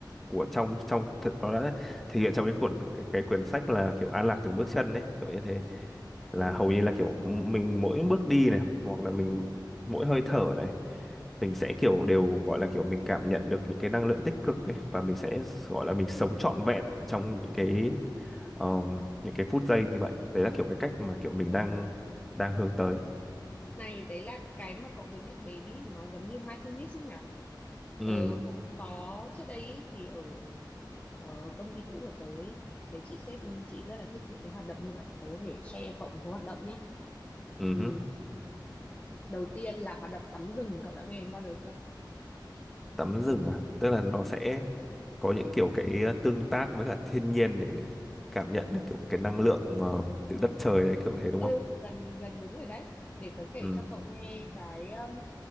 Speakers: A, in the centre; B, on the left.
A: của trong trong thực- nó đã thể hiện trong cái cuốn cái, cái quyển sách là kiểu an lạc từng bước chân ấy kiểu như thế là
B: nhé
A: hầu như là kiểu mình mỗi bước đi này hoặc là mình mỗi hơi thở này mình sẽ kiểu đều gọi là kiểu mình cảm nhận được những cái năng lượng tích cực ấy và mình sẽ gọi là mình sống trọn vẹn ở trong những cái um, những cái phút giây như vậy đấy là kiểu cái cách mà kiểu mình đang đang hướng tới
B: Này, đấy là cái mà cậu vừa nhắc đến ý, nó giống như mindfulness ấy nhỉ?
A: ừ
B: Tớ cũng có trước đây ý, thì ở ờ, công ty cũ của tớ ý, thì chị sếp chị rất là thích những cái hoạt động như vậy. Tớ có thể share cho cậu một số hoạt động nhé.
A: ừ
B: Ừ,
A: hứ.
B: đầu tiên là hoạt động tắm rừng, cậu đã nghe đến bao giờ chưa?
A: tắm rừng à tức là nó sẽ có những kiểu cái tương tác với cả thiên nhiên để cảm nhận được kiểu cái năng lượng ờ, từ đất trời đấy kiểu thế đúng
B: Ừ,
A: không
B: gần gần đúng rồi đấy. Để tớ kể
A: ừ
B: cho cậu nghe cái um,